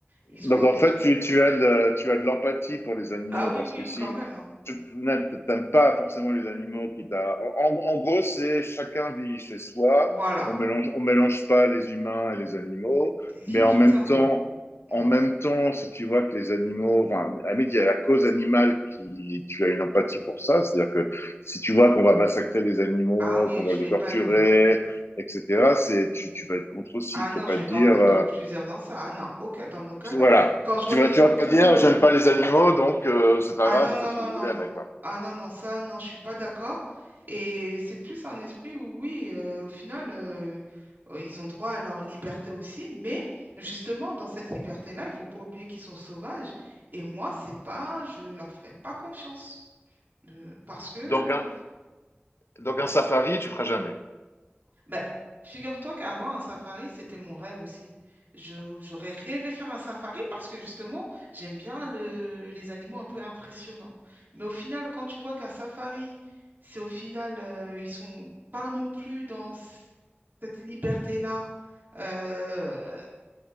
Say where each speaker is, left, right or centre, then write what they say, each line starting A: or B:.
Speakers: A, on the right; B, on the left.
A: Ils
B: Donc
A: ont un
B: en
A: autre.
B: fait, tu, tu as de, tu as de l'empathie pour les animaux
A: Ah oui,
B: parce
A: oui,
B: que si
A: quand même, hein.
B: tu n'aimes pas forcément les animaux qui t'a... En, en gros, c'est chacun vit chez soi,
A: Voilà,
B: on mélange, on mélange pas les humains et les animaux,
A: limite
B: mais en même
A: un peu.
B: temps,
A: Mm.
B: en même temps, si tu vois que les animaux, enfin, à la limite, il y a la cause animale qui, tu as une empathie pour ça, c'est-à-dire que si tu vois qu'on va massacrer des animaux,
A: Ah oui,
B: qu'on
A: je
B: va les
A: vais
B: torturer,
A: pas aimer, hein.
B: etc., c'est, tu, tu vas être contre aussi,
A: Ah
B: tu
A: non,
B: vas pas
A: je vais
B: te
A: pas
B: dire,
A: prendre
B: euh,
A: de plusieurs dans ça. Ah non, aucun, dans aucun
B: puis
A: cas.
B: Voilà.
A: Quand je vois
B: Tu vas,
A: des photos,
B: tu vas pas dire, j'aime
A: euh,
B: pas les animaux, donc euh, c'est pas
A: Ah
B: grave,
A: non,
B: vous
A: non,
B: faites
A: non,
B: ce que vous
A: non,
B: voulez
A: non.
B: avec. Quoi.
A: Ah non, non, ça, non, je suis pas d'accord. Et c'est plus un esprit où, oui, euh, au final, euh, euh, ils ont droit à leur liberté aussi, mais justement, dans cette liberté-là, il faut pas oublier qu'ils sont sauvages. Et moi, c'est pas, je leur ferai pas confiance. euh, parce que
B: Donc, un, donc un safari, tu feras jamais.
A: Ben, figure-toi qu'avant, un safari, c'était mon rêve aussi. Je- j'aurais rêvé faire un safari parce que justement, j'aime bien le- les animaux un peu impressionnants. Mais au final, quand tu vois qu'un safari, c'est au final, euh, ils sont pas non plus dans c- cette liberté-là. Euh,